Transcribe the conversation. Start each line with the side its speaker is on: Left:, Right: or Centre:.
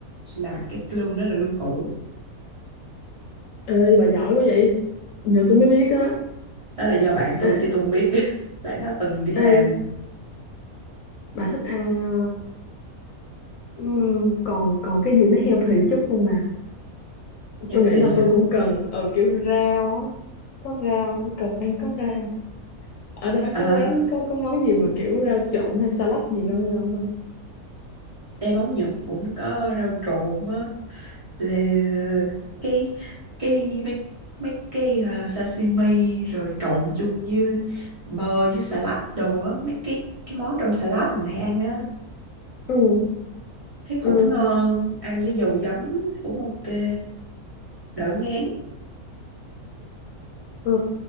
Right: là cái lương đó là lương cũ
Left: Ê, bà giỏi quá vậy. Giờ tôi mới biết á.
Right: đó là do bạn tôi
Left: Ê,
Right: chứ tôi không biết <laughs> tại nó từng đi làm
Left: ê, bà thích ăn ờ, ừm, còn còn cái gì nó healthy chút không bà?
Right: heo
Left: Tôi
Right: thị
Left: nghĩ là tôi
Right: hả
Left: cũng cần ở kiểu rau á. Có rau tôi cần ăn có rau. Ở đó
Right: Ờ,
Left: có quán có có món gì mà kiểu rau trộn hay salad gì ngon ngon không?
Right: em món Nhật cũng có rau trộn á là cái cái gì mấy mấy cái à, sashimi rồi trộn chung với bơ với salad đồ á mấy cái cái món trong salad mình hay ăn á
Left: Ừ,
Right: thấy cũng
Left: ừ,
Right: ngon ăn với dầu giấm cũng ok đỡ ngán
Left: ừ.